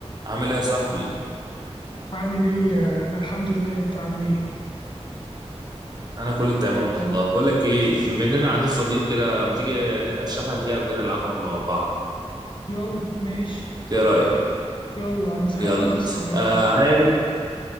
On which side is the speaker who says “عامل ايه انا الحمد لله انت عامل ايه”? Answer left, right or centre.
Left